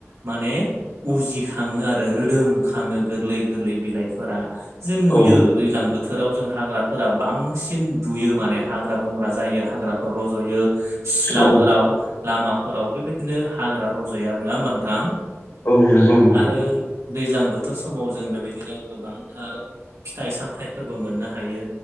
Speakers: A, on the right; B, on the left.
A: माने उजिखाङो आरो रोदोमखाङो गोरलै गोरलै बिलाइफोरा जों
B: औ
A: नुयो दैज्लां बोथोराव जों हाग्राफोरा बांसिन नुयो माने हाग्रा बंग्रा जायो हाग्राफोर रज'यो सिथ्लाफोराव
B: औ
A: लामाफोराव बेबायदिनो हाग्रा रज'यो आरो नोङा होमबा नोंथां?
B: औ नंगौ नोंथां
A: आरो दैज्लां बोथोर समाव जों बेबायदिनो गोबांथार फिथाइ सामथायाइफोरबो मोननो हायो